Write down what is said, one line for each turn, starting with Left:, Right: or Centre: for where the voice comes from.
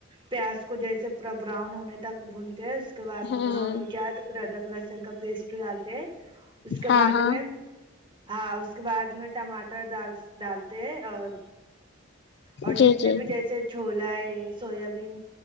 Right: پیاز کو جیسے پورا براؤن ہونے تک بھنتے ہیں اس کے بعد
Left: ہوں
Right: میں براؤن ہو جائے تو پھر ادرک لہسن کا پیسٹ ڈالتے ہے اس کے
Left: ہاں
Right: بعد
Left: ہاں
Right: میں ہاں اس کے بعد میں ٹماٹر ڈال ڈالتے ہے اور اور
Left: جی
Right: جتنے
Left: جی
Right: بھی جیسے چھولا ہے سویابین